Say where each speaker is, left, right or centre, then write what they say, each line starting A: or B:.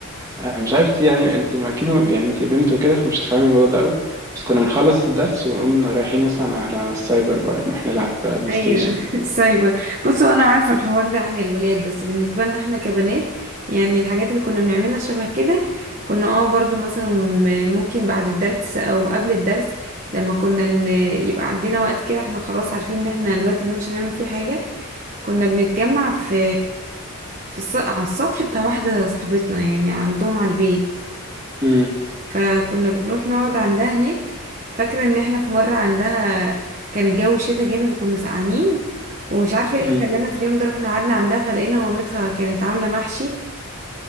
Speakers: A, on the right; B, on the right.
A: آه، مش عارف يعني انت ما اكيد يعني انت بنت وكده فمش تفهمي الموضوع ده قوي بس كنا بنخلص الدرس ونقوم رايحين مثلا على السايبر بقى نروح نلعب بقى بلاي
B: ايوه
A: ستيشن
B: <laughs> السايبر بصوا انا عارفه الحوار ده عن الولاد بس بالنسبه لنا احنا كبنات يعني الحاجات اللي كنا بنعملها شبه كده كنا اه برضو مثلا م- ممكن بعد الدرس او قبل الدرس لما كنا ن- يبقى عندنا وقت كده احنا خلاص عارفين ان احنا الوقت ده مش هنعمل فيه حاجه كنا بنتجمع في في الس... على السطح بتاع واحده صاحبتنا يعني عندهم على البيت
A: امم
B: فكنا بنروح نقعد عندها هناك فاكرة ان احنا في مرة عندها كان الجو شتا جامد وكنا سقعانين ومش عارفة
A: <laughs>
B: ايه
A: امم
B: اللي خلانا في اليوم ده رحنا قعدنا عندها فلقينا مامتها كانت عاملة محشي